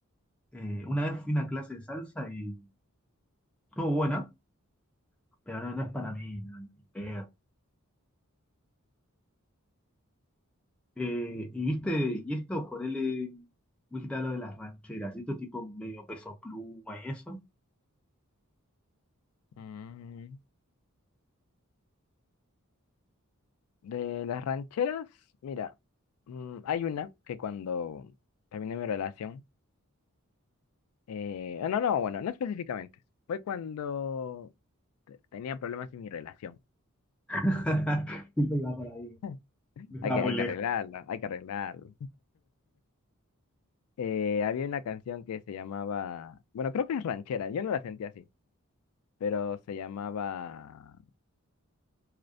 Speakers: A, in the centre; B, on the left.
A: Eh, una vez fui a una clase de salsa y estuvo buena, pero no, no es para mí, no, ni pedo. Eh, y viste, y esto, ponele, vos dijiste lo de las rancheras, y esto tipo medio peso pluma y eso.
B: Mm, De las rancheras, mira, mm, hay una que cuando terminé mi relación, eh, ah, no, no, bueno, no específicamente, fue cuando te- tenía problemas en mi relación.
A: <laughs> Siempre iba por ahí,
B: <laughs>
A: <laughs> estaba
B: Hay que,
A: muy
B: hay que
A: lejos.
B: arreglarla, hay que arreglarla. Eh, había una canción que se llamaba, bueno, creo que es ranchera, yo no la sentía así, pero se llamaba,